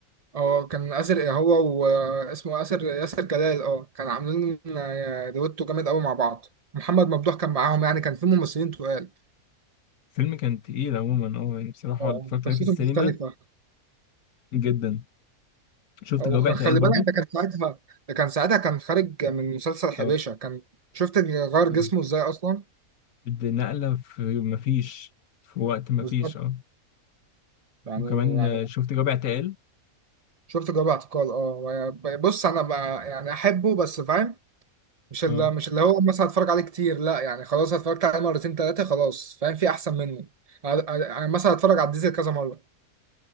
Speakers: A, on the right; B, on the left.
A: اه كان آسر إيه هو واسمه آسر ياسر جلال اه كان عاملين آه، دويتو جامد قوي مع بعض محمد ممدوح كان معاهم يعني كان في ممثلين تقال
B: الفيلم كان تقيل عموما اه يعني بصراحة
A: اه
B: اتفرجت
A: قصته
B: عليه في السينما
A: مختلفة
B: جدا شفت
A: وخلي
B: جواب اعتقال برضو
A: بالك ده كان ساعتها ده كان ساعتها كان خارج من مسلسل حبيشة
B: اه
A: كان شفت إن غير
B: مهم.
A: جسمه ازاي اصلا
B: دي نقلة في مفيش في وقت مفيش
A: بالظبط
B: اه
A: يعني
B: وكمان
A: يعني
B: آه، شفت جواب اعتقال
A: شفت جواب اعتقال اه بص انا بقى يعني احبه بس فاهم مش اللي
B: اه
A: مش اللي هو مثلا هتفرج عليه كتير لا يعني خلاص اتفرجت عليه مرتين تلاتة خلاص فاهم في احسن منه يعني مثلا هتفرج على الديزل كذا مرة